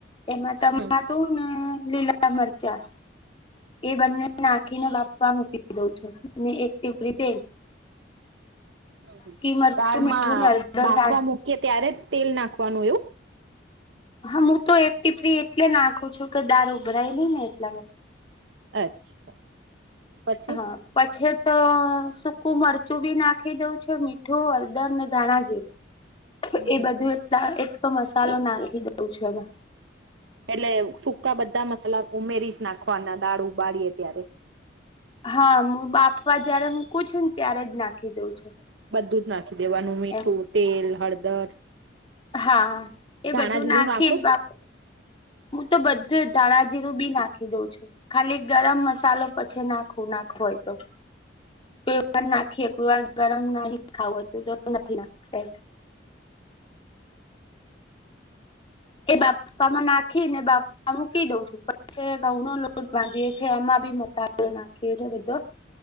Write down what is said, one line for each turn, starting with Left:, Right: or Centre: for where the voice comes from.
Left: એમાં ટમાટું
Right: હમ હમ
Left: ને લીલા મરચાં. એ બંને નાખીને બાપવા મૂકી દઉં છો એક રીતે
Right: હમ
Left: મરચું
Right: દાળમાં
Left: મીઠું ને હળદર
Right: બાફવા
Left: દાળ
Right: મૂકીએ ત્યારે જ તેલ નાખવાનું એવું.
Left: હા હું તો એક ટી ફ્રી એટલે નાખું છું કે દાર ઉભરાય નઈ ને એટલા માટે.
Right: અચ્છા. પછી
Left: હા. પછી તો સૂકું મરચું બી નાખી દઉ છું મીઠું, હળદરને ધાણા જેરૂ.
Right: હમ
Left: એ
Right: હમ
Left: બધું એલા એક તો મસાલો નાખી દઉં છે એમાં.
Right: એટલે સુકા બધા મસાલા ઉમેરી નાખવાના દાળ ઉબાડીએ ત્યારે.
Left: હા હું બાપવા જયારે મૂકું છું ને ત્યારે જ નાખી દઉં છું.
Right: બધું જ નાખી દેવાનું મીઠું,
Left: એમ
Right: તેલ, હળદર.
Left: હા એ
Right: ધાણા
Left: બધું
Right: જીરું
Left: નાખેને
Right: નાખો છો
Left: બાપ હું તો બધું ધાણાજીરું બી નાખી દઉં છું. ખાલી ગરમ મસાલો પછી નાખવું નાખવુ હોય તો. કો વાર નાખીએ કોઈ વાર ગરમ ન ખાવું ત નથ નાખ. એ બાફવામાં નાખી ને બાપા મૂકી દઉં છું. પછ ઘઉં નો લોટ બાંધીએ છી એમાં બી મસાલો નાખીએ છીએ બધો.